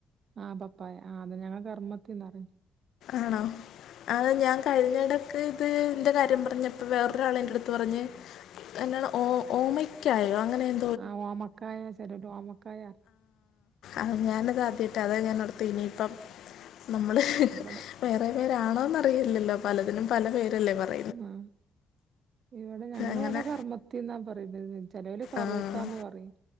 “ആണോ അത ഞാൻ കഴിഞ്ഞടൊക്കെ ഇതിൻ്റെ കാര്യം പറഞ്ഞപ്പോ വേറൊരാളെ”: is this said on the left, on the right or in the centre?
Left